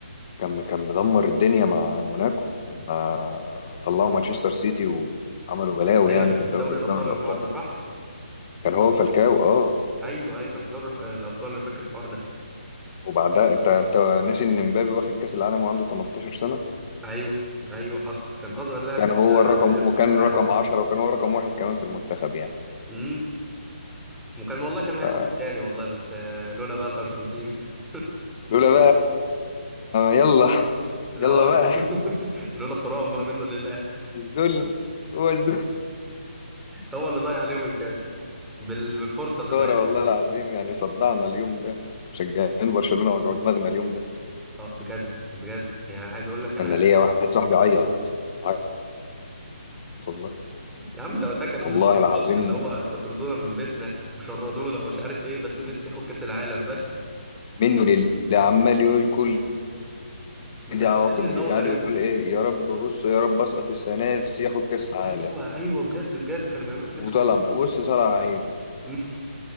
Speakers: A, on the left; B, in the centre.
A: كان كان مدمر الدنيا مع موناكو لما طلعوا مانشستر سيتي وعملوا بلاوي
B: ايوه
A: يعني
B: ده كان
A: في الدوري
B: في دوري الابطال
A: دوري الابطال
B: الحوار ده صح
A: كان هو فالكاو اه
B: ايوه ايوه كان في دوري الح- الابطال انا فاكر الحوار ده
A: وبعدها انت انت ناسي ان مبابي واخد كاس العالم وعنده 18 سنه
B: ايوه ايوه حصل كان اصغر لاعب
A: كان
B: ساعتها
A: هو الرقم
B: آه، ياخد
A: وكان
B: كاس عالم
A: رقم 10 وكان هو رقم واحد كمان في المنتخب يعني
B: امم وكان والله كان
A: فلولا
B: هياخد التاني والله بس آه، لولا بقى الارجنتين <laughs>
A: بقى يلا
B: لا
A: يلا
B: آه،
A: بقى
B: لا. <laughs> لولا ترام بقى منه لله
A: الظلم هو الظلم
B: هو اللي ضيع عليهم الكاس بال... بالفرصه اللي
A: خسارة
B: ضيعها
A: والله
B: دي
A: العظيم يعني صدعنا اليوم ده مشجعين برشلونة وجعوا دماغنا اليوم ده
B: اه بجد بجد يعني عايز اقول لك انا
A: أنا ليا واحد صاحبي عيط عيط والله
B: يا عم ده وقتها كانوا
A: والله
B: منزلين
A: العظيم
B: بوست اللي هو اطردونا من بيتنا وشردونا ومش عارف ايه بس ميسي ياخد كاس العالم <laughs> فاهم
A: منه لله عمال يقول كل
B: محسسني
A: دي عواقب
B: ان
A: يعني
B: هو قريبهم
A: يقول إيه يا رب بص يا رب أسقط السنة دي ياخد كأس عالم
B: ايوه ايوه بجد بجد كانوا بيعملوا الحاجات
A: وطلع
B: العبيطه
A: بص
B: دي
A: طلع عينه
B: <laughs>